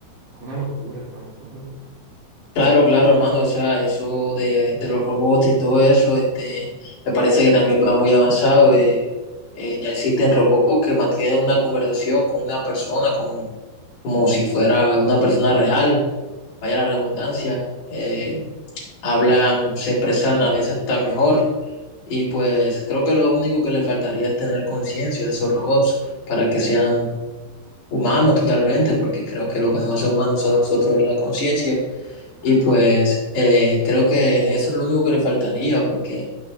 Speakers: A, on the right; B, on the left.
A: Es una locura, hermano, es una locura.
B: Claro, claro, hermano, o sea, eso de, de los robots y todo eso, este, me parece que también va muy avanzado. eh, eh, ya existen robots que mantienen una conversación con una persona como, como si fuera una persona real, vaya la redundancia. eh, hablan, se expresan a veces hasta mejor. Y pues creo que lo único que le faltaría es tener conciencia de esos robots para que sean humanos totalmente, porque creo que lo que nos hace humanos a nosotros es la conciencia. Y pues eh, creo que eso es lo único que le faltaría, porque